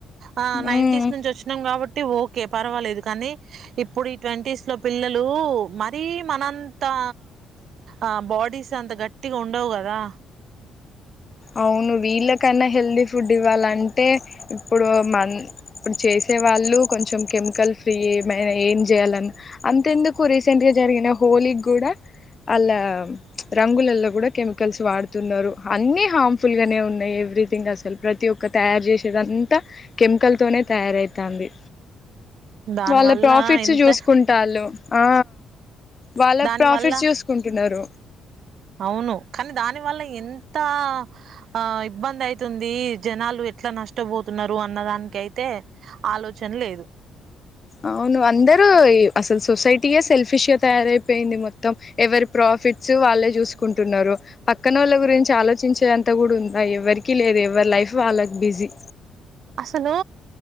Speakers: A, on the right (about 65°); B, on the left (about 35°).
A: ఆ నైంటీస్
B: మ్మ్
A: నుంచి వచ్చినాం కాబట్టి ఓకే పర్వాలేదు కానీ ఇప్పుడు ఈ ట్వంటీస్ లో పిల్లలు మరీ మనంతా ఆ బాడీస్ అంత గట్టిగా ఉండవ్ గదా
B: అవును వీళ్ళకైనా హెల్దీ ఫుడ్ ఇవ్వాలంటే ఇప్పుడు మ ఇప్పుడు చేసే వాళ్ళు కొంచెం కెమికల్ ఫ్రీ ఏమైనా ఏం చేయాలని అంతెందుకు రీసెంట్ గా జరిగిన హోలీకి కూడా వాళ్లా రంగులలో కూడా కెమికల్స్ వాడుతున్నారు అన్నిీ హార్మ్ఫుల్ గానే ఉన్నాయి ఎవ్రీథింగ్ అసలు ప్రతి ఒక్క తయారు చేసేదంతా కెమికల్ తోనే తయారవుతుంది
A: దాని
B: వాళ్ళ
A: వల్ల
B: ప్రాఫిట్స్
A: ఎంత
B: చూసుకుంటాళ్ళు ఆ వాళ్ళ
A: దాని
B: ప్రాఫిట్
A: వల్ల
B: చూసుకుంటున్నారు
A: అవును కానీ దాని వల్ల ఎంత ఆ ఇబ్బంది అయితుంది జనాలు ఎట్లా నష్టపోతున్నారు అన్నదానికి అయితే ఆలోచన లేదు
B: అవును అందరూ అసలు సొసైటీగా సెల్ఫిష్ గా తయారైపోయింది మొత్తం ఎవరి ప్రాఫిట్స్ వాళ్ళే చూసుకుంటున్నారు పక్కనోళ్ళ గురించి ఆలోచించే అంత కూడా ఉందా ఎవరికి లేదు ఎవరి లైఫ్ వాళ్ళకి బిజీ
A: అసలు